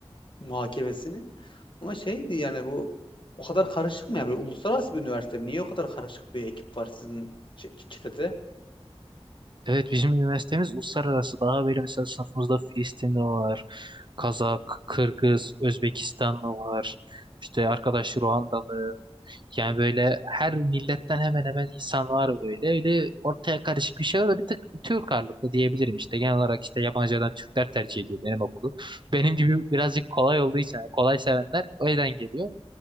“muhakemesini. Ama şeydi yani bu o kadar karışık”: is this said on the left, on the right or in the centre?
Left